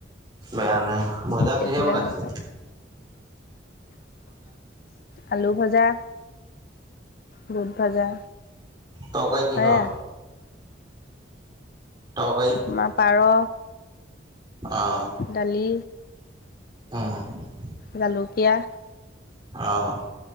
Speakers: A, on the right; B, on the left.
A: বেয়া নে ভজা
B: বেছিলে
A: কিহে বনাইছে।
B: নামটো আলু ভজা। বুট ভাজা।
A: তৰকাৰি কিহৰ?
B: সেয়া
A: তৰকাৰী
B: আমাৰ পাৰ।
A: অ'
B: ডালি
A: উম ',
B: জালুকীয়া-
A: অ'